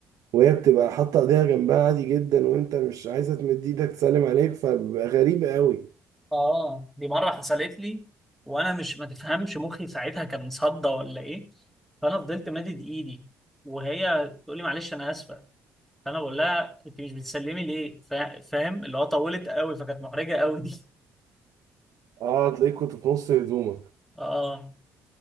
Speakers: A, on the right; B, in the centre.
A: وهي بتبقى حاطه ايديها جنبها عادي جدا وانت مش عايزه تمد ايدك تسلم عليك فبيبقى غريب قوي
B: اه دي مره حصلت لي وانا مش ما تفهمش مخي ساعتها كان مصدى ولا ايه فانا فضلت مادد ايدي وهي تقول لي معلش انا اسفه فانا بقول لها انت مش بتسلمي ليه فا- فاهم اللي هو طولت قوي فكانت محرجه قوي دي <laughs>
A: اه تلاقيك كنت في نص هدومك
B: اه